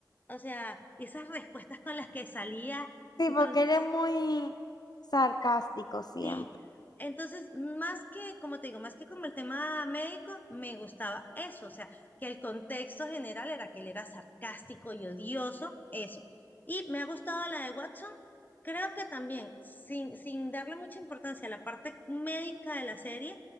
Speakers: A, on the left (about 25°); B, on the left (about 60°).
A: O sea, esas respuestas con las que salía.
B: Sí,
A: Entonces,
B: porque eres muy sarcástico siempre.
A: Sí, entonces, más que, como te digo, más que como el tema médico, me gustaba eso, o sea, que el contexto general era que él era sarcástico y odioso, eso. Y me ha gustado la de Watson, creo que también, sin, sin darle mucha importancia a la parte médica de la serie,